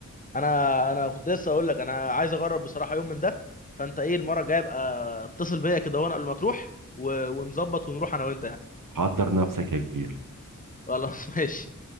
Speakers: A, on the left (about 25°); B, on the right (about 75°).
A: انا انا كنت لسه اقول لك انا عايز اجرب بصراحه يوم من ده فانت ايه المره الجايه ابقى اتصل بيا كده وانا قبل ما تروح و... ونظبط ونروح انا وانت يعني
B: حضر نفسك يا كبير
A: خلاص <laughs> ماشي